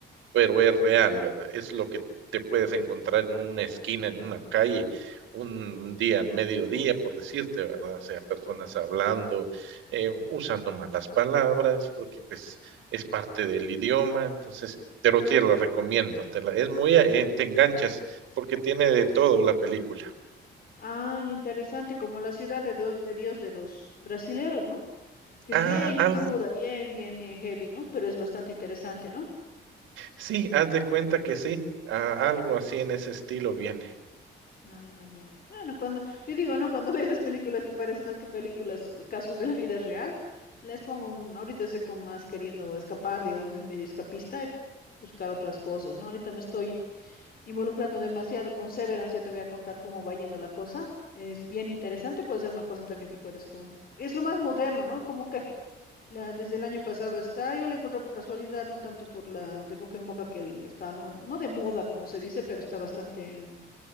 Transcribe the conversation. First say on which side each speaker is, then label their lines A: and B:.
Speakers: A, on the right; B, on the left.
A: pero es real, ¿verdad? Es lo que te puedes encontrar en una esquina, en una calle, un día, al mediodía, por decirte, ¿verdad? O sea, personas hablando, eh, usando malas palabras, porque pues es parte del idioma, entonces, pero te la recomiendo, te la- es muy, eh, te enganchas, porque tiene de todo la película.
B: Ay, interesante, como la ciudad de, do- de Dios de los brasileros, ¿no? Que
A: Ah,
B: es bien
A: al-
B: cruda, bien, bien, bien heavy, ¿no? Pero es bastante interesante, ¿no?
A: sí, haz de cuenta que sí, ah, algo así en ese estilo viene.
B: Ah, ya. Bueno, cuando, yo digo, ¿no? Cuando <laughs> veo esas películas que parece más que películas, eh, casos de la vida real, les pongo un, ahorita sé como más queriendo escapar, digamos, de medio escapista y buscar otras cosas, ¿no? Ahorita me estoy involucrando demasiado con Severance, ya te voy a contar cómo va yendo la cosa. Es bien interesante, puede ser una cosa también que puedes tú. Es lo más moderno, ¿no? Como que La, desde el año pasado está, yo la encontré por casualidad, no tanto por la de boca en boca que el- está, no, no de moda, como se dice, pero está bastante mm,